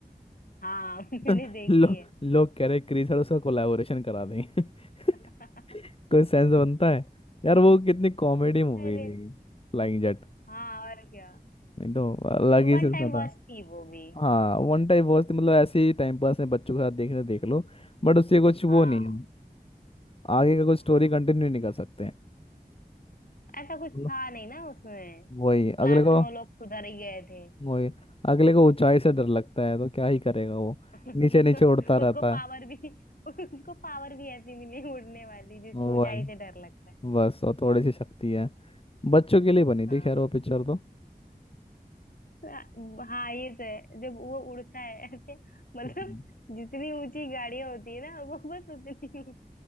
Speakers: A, on the left; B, on the left.
A: हाँ <laughs> मैंने
B: <laughs>
A: देखी
B: लो,
A: है
B: लोग कह रहे क्रिस और उसका कोलैबोरेशन करा देंगे <laughs>
A: <laughs>
B: कोई सेंस बनता है यार वो कितनी कॉमेडी मूवी
A: अरे
B: थी फ्लाइंग जेट
A: हाँ और क्या
B: नहीं तो अलग ही
A: वन
B: सिलसिला
A: टाइम वॉच
B: था
A: थी वो भी
B: हाँ वन टाइम वॉच थी मतलब ऐसे ही टाइम पास में बच्चों के साथ देखने देख लो बट उससे कुछ वो
A: हाँ
B: नहीं है आगे का कुछ
A: हाँ
B: स्टोरी कंटिन्यू नहीं कर सकते हैं
A: ऐसा कुछ
B: मतलब
A: था नहीं ना उसमें
B: वही
A: लास्ट
B: अगले को
A: में वो लोग सुधर ही गए थे
B: वही अगले को ऊंचाई से डर लगता है तो क्या ही करेगा वो
A: <laughs>
B: नीचे नीचे उड़ता रहता
A: उसको पावर
B: है
A: भी उसको पावर भी ऐसी मिली उड़ने वाली जिसको
B: वही
A: ऊंचाई से डर लगता है
B: बस और थोड़ी सी शक्ति है बच्चों के लिए बनी
A: हाँ
B: थी खैर वो पिक्चर तो
A: हाँ ये तो है जब वो उड़ता है ऐसे मतलब
B: हम्म।
A: जितनी ऊंची गाड़ियां होती है ना वो बस उतनी ऊंच-